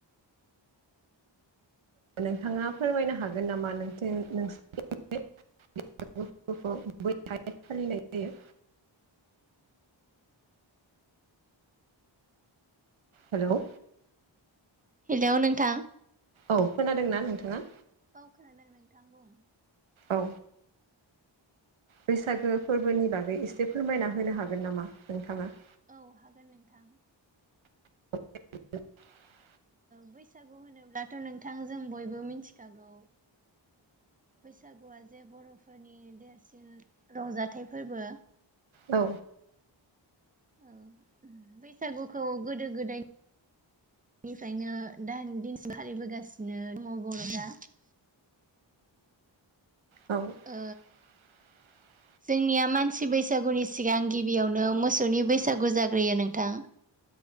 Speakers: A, on the right; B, on the right.
A: नोंथाङा फोरमायनो हागोन नामा नों नोंसोरनि <unintelligible> फालिनाय जायो। हेलौ
B: हेलौ नोंथां
A: औ खोनादोंना नोंथाङा?
B: औ खोनादों नोंथां बुं।
A: औ बैसागो फोरबोनि बागै एसे फोरमायना होनो हागोन नामा नोंथाङा?
B: औ हागोन नोंथां।
A: <unintelligible>
B: बैसागु होनोब्लाथ' नोंथां जों बयबो मिथिखागौ। बैसागुआ जे बर'फोरनि देरसिन रंजाथाइ फोरबो
A: औ
B: औ बैसागुखौ गोदो गोदाय निफ्रायनो दान दिनसिम फालिबोगासिनो दङ बर'फ्रा
A: औ
B: ओ
A: <inaudible>
B: जोंनिया मानसि बैसागुनि सिगां गिबियावनो मोसौनि बैसागु जाग्रोयो नोंथां।